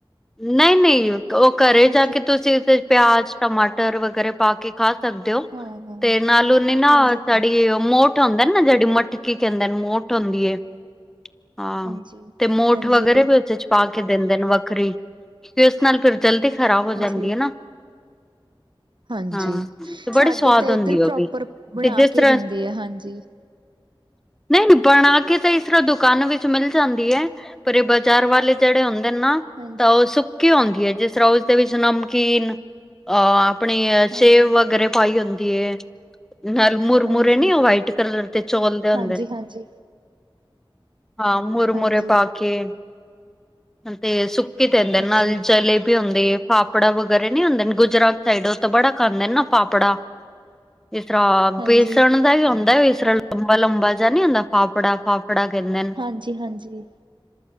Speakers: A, in the centre; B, on the right.
A: ਨਹੀਂ ਨਹੀਂ, ਉਹ ਘਰ
B: ਹਾਂਜੀ
A: ਜਾ ਕੇ। ਤੁਸੀਂ ਫੇਰ ਪਯਾਜ, ਟਮਾਟਰ ਵਗੈਰਾ ਪਾ ਕੇ ਖਾ ਸਕਦੇ ੳ।
B: ਹਾਂ ਹਾਂ
A: ਤੇ ਨਾਲ ਉਨੇ ਨਾ
B: ਹਾਂਜੀ
A: ਤੁਹਾਡੀ ੳ ਮੋਠ ਹੁੰਦਾ ਨਾ ਜਿਹੜੀ, ਮਟ ਕੀ ਕਹਿੰਦੇ ਨੇ ਮੋਠ ਹੁੰਦੀ ਏ ਹਾਂ,
B: ਹਾਂਜੀ
A: ਤੇ ਮੋਠ
B: ਹਾਂਜੀ
A: ਵਗੈਰੇ ਵੀ ਉਦੇ ਚ ਪਾ ਕੇ ਦਿੰਦੇ ਨੇ ਵੱਖਰੀ, ਫੇਰ ੳਸ ਨਾਲ ਫੇਰ ਜਲਦੀ ਖ਼ਰਾਬ ਹੋ
B: ਅੱਛਾ
A: ਜਾਂਦੀ
B: ਜੀ
A: ਏ ਨਾ।
B: ਹਾਂਜੀ।
A: ਹਾਂ ਤੇ ਬੜੀ
B: ਸਾਡੇ
A: ਸਵਾਦ
B: ਤਾਂ ਏਧਰ
A: ਹੁੰਦੀ ਉਹ
B: ਪ੍ਰੋਪਰ
A: ਵੀ
B: ਬਣਾ
A: ਤੇ ਜਿਸ
B: ਕੇ
A: ਤਰ੍ਹਾਂ
B: ਦਿੰਦੇ ਆ ਹਾਂਜੀ।
A: ਨਹੀਂ ਨਹੀਂ, ਬਣਾ ਕੇ ਤਾਂ ਇਸ ਤਰ੍ਹਾਂ ਦੁਕਾਨ ਵਿੱਚ ਮਿਲ ਜਾਂਦੀ ਏਂ, ਪਰ ਇਹ ਬਾਜ਼ਾਰ ਵਾਲੇ ਜਿਹੜੇ ਹੁੰਦੇ ਨੇ ਨਾ,
B: ਹਾਂਜੀ
A: ਤਾਂ ਉਹ ਸੁ ਕੀ ਹੂੰਦੀ ਏ, ਜਿਸ ਤਰਾਂ ੳਦੇ ਵਿੱਚ ਨਮਕੀਨ ਅ ਆਪਣੇ ਸੇਬ
B: ਹਾਂਜੀ
A: ਵਗੈਰਾ ਪਾਏ ਹੁੰਦੀ ਏ। ਨਾਲ ਮੁਰਮੁਰ
B: ਹਾਂਜੀ
A: ਨੀ ਉਹ ਵਾਈਟ ਕਲਰ ਦੇ ਚੋਲ ਦੇ ਹੁੰਦੇ
B: ਹਾਂਜੀ
A: ਨੇ।
B: ਹਾਂਜੀ।
A: ਹਾਂ ਮੁੁਰਮਰੇ
B: ਹਾਂਜੀ
A: ਪਾ ਕੇ, ਤੇ ਸੁ ਕੇ ਪੈਂਦੇ
B: ਅੱਛਾ
A: ਨੇ ਨਾ ਤੇ
B: ਜੀ
A: ਨਾਲ ਜਲੇਬੀ ਹੁੰਦੀ ਏ, ਫਾਫੜਾ ਵਗੈਰਾ ਨਹੀਂ ਹੁੰਦੇ, ਗੁਜਰਾਤ ਸਾਈਡ ਬੜਾ ਖਾਂਦੇ ਨੇ ਨਾ ਫਾਪੜਾ। ਜਿਸ ਤਰ੍ਹਾਂ
B: ਹਾਂਜੀ
A: ਬੇਸਣ ਦਾ ਈ ਹੂੰਦਾ ਏ। ਲੰਬਾ-ਲੰਬਾ ਜੇਹਾ ਨੀ ਹੁੰਦਾ, ਫਾਫੜਾ ਫਾਫੜਾ ਕਹਿੰਦੇ ਨੇ।
B: ਹਾਂਜੀ ਹਾਂਜੀ